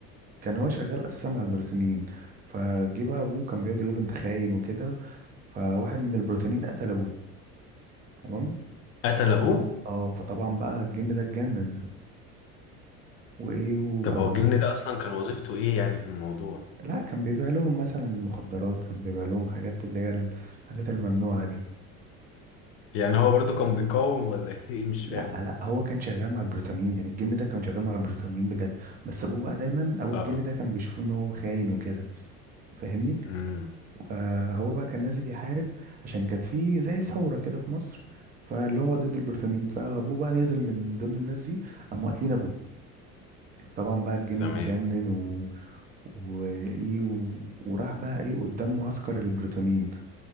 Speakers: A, on the right (about 20°); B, on the left (about 30°).
A: كان هو شغال اساسا مع البريطانيين فجه بقى ابوه كان بيقعد يقول له انت خاين وكده فواحد من البريطانيين قتل ابوه تمام
B: قتل
A: هو
B: ابوه
A: اه فطبعا بقى الجن ده اتجنن وايه وامر
B: طب هو الجن ده اصلا كان وظيفته ايه يعني في الموضوع
A: لا كان بيبيع لهم مثلا مخدرات كان بيبيع لهم حاجات اللي هي الحاجات الممنوعه دي
B: يعني هو برضو كان بيقاوم ولا <laughs> ايه مش
A: لا
B: فاهمه
A: لا هو كان شغال مع البريطانيين يعني الجن ده كان شغال مع البريطانيين بجد بس ابوه بقى دايما ابو
B: اه
A: الجن ده كان بيشوفه ان هو خاين وكده فاهمني
B: امم
A: فهو بقى كان نازل يحارب عشان كانت فيه زي ثورة كده في مصر فاللي هو ضد البريطانيين فأبوه بقى نزل من ضمن الناس دي قاموا قاتلين أبوه طبعا بقى الجن
B: تمام
A: اتجنن و... وإيه و... وراح بقى إيه قدام معسكر البريطانيين